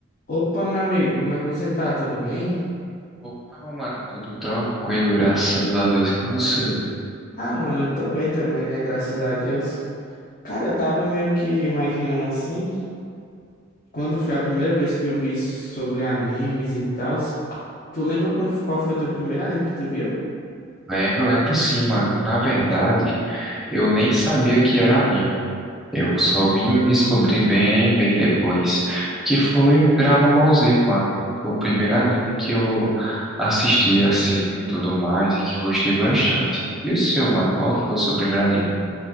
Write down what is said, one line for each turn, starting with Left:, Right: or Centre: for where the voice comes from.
Left: Opa, meu amigo, como é que você tá? Tudo bem?
Centre: Opa, mano, tudo tranquilo, graças a Deus e com você.
Left: Ah, mano, eu tô bem também, né? Graças a Deus. Cara, eu tava meio que imaginando assim, quando foi a primeira vez que eu vi sobre animes e tal. Tu lembra quando, qual foi o teu primeiro anime que tu viu?
Centre: Lembro, lembro sim, mano. Na verdade, eu nem sabia que era anime. Eu só vim descobrir bem, bem depois, que foi o Dragon Ball Z, mano. Foi o primeiro anime que eu assisti assim e tudo mais e que gostei bastante. E o seu, mano? Qual foi o seu primeiro anime?